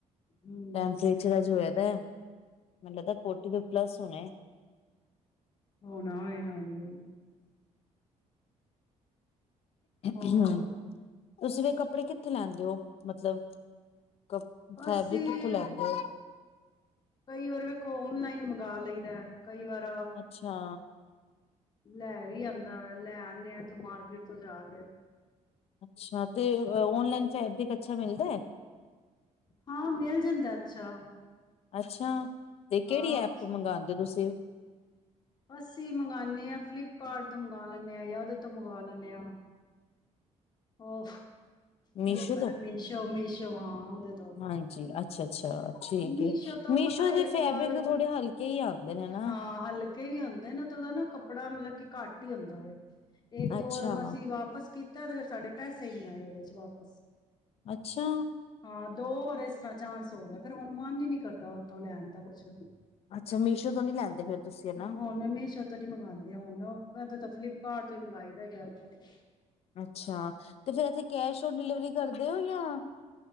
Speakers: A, on the left; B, on the left.
A: ਹਮ
B: ਟੈਮ ਚਿੜਚਿੜਾ ਜੇਹਾ ਹੋਏ ਦੈ ਮੈਨੂੰ ਲੱਗਦੈ ਫੋਟੀ ਤੋਂ ਪਲੱਸ ਹੋਣੇ
A: ਹੋਣਾ ਹੋਏ ਹਾਂਜੀ ਹੋਰ
B: ਹਮ ਤੁਸੀਂ ਵੀ ਕੱਪੜੇ ਕਿ ਕਿੱਥੇ ਲੈਂਦੇ ਉਹ ਮਤਲਬ ਕ ਫੈਬਰਿਕ
A: ਅਸੀਂ
B: ਕਿੱਥੋਂ ਲੈਂਦੇ ਹੋ
A: ਕਈ ਵਾਰ ਵੇਖੋ ਓਨਲਾਈਨ ਮੰ ਗਾ ਲਈ ਦੈ ਕਈ ਵਾਰ
B: ਅੱਛਾ
A: ਲੈ ਵੀ ਆਂਦਾ ਲੈ ਆਂਦੇ ਆ ਇੱਥੋਂ ਮਾਰਕੀਟ ਤੋਂ ਜਾ ਕੇ
B: ਅੱਛਾ ਤੇ ਓਨਲਾਈਨ ਫੈਬਰਿਕ ਅੱਛਾ ਮਿਲਦੈ
A: ਹਾਂ ਮਿਲ ਜਾਂਦੈ, ਅੱਛਾ।
B: ਅੱਛਾ। ਤੇ ਕਿਹੜੀ
A: ਹਾਂ
B: ਐਪ ਤੋਂ ਮੰਗਵਾਉਂਦੇ ਤੁਸੀਂ?
A: ਅਸੀਂ ਮੰਗਾਂਨੇ ਆਂ, ਫਲਿੱਪਕਾਰਟ ਤੋਂ ਮੰਗਵਾ ਲੈਂਨੇ ਆਂ, ਜਾਂ ਉਹਦੇ ਤੋਂ ਮੰਗਵਾ ਲੈਂਨੇ ਆਂ। ਉਫ ਕੀ
B: ਮੀਸ਼ੋ
A: ਹੁੰਦੈ,
B: ਤੋਂ
A: ਮੀਸ਼ੋ, ਮਿਸ਼ੋ ਹਾਂ ਉਹਦੇ ਤੋਂ।
B: ਹਾਂਜੀ ਅੱਛਾ ਅੱਛਾ ਠੀਕ
A: ਮਿਸ਼ਾ
B: ਹੈ
A: ਤੋਂ
B: ਮੀਸ਼ੋ
A: ਪਤਾ
B: ਦੇ
A: ਇੱਕ
B: ਫੈਬਰਿਕ
A: ਵਾਰ,
B: ਤਾਂ ਥੋੜੇ ਹਲਕੇ ਹੀ ਆਉਂਦੇ ਨੇ ਨਾ
A: ਹਾਂ ਹਲਕੇ ਵੀ ਆਉਂਦੇ ਨਾ ਤੇ ਉਹਦਾ ਨਾ ਕੱਪੜਾ ਮਤਲਬ ਕਿ ਘੱਟ ਹੁੰਦਾ ਵਵੇ ਇੱਕ
B: ਅੱਛਾ
A: ਦੋ ਵਰਮ ਅਸੀਂ ਵਾਪਿਸ ਕੀਤੀ ਤਾਂ ਫਿਰ ਸਾਡੇ ਪੈਸੇ ਨਹੀਂ ਆਏ, ਉਹਦੇ ਚ ਵਾਪਸ।
B: ਅੱਛਾ
A: ਹਾਂ, ਦੋ ਵਰਸ ਚਾਂਸ ਹੋਵੇ ਹੁਣ, ਮਨ ਹੀ ਨੀ ਕਰਦਾ ਉੱਥੋਂ ਲੈਣ ਦਾਂ, ਕੁਛ ਵੀ।
B: ਅੱਛਾ ਮੀਸ਼ੋ ਤੋਂ ਨੀ ਲੈਂਦੇ ਫਿਰ ਤੁਸੀਂ ਹਨਾ
A: ਹੁਣ ਮਿਸ਼ੋ ਤਾਂ ਨੀ ਮੰਗਵਾਉਂਦੇ ਹੁਣ, ਮੈਂ ਤਾਂ ਫਲਿੱਪਕਾਰਟ ਤੋਂ ਹੀ ਮੰਗਵਾਈ ਦਾ ਗਿਆੂੰ <inaudible>
B: ਅੱਛਾ, ਤੇ ਫਿਰ ਐਤੇ ਕੈਸ਼ ਔਨ ਡਿਲੀਵਰੀ ਕਰਦੇ ਹੋ, ਜਾਂ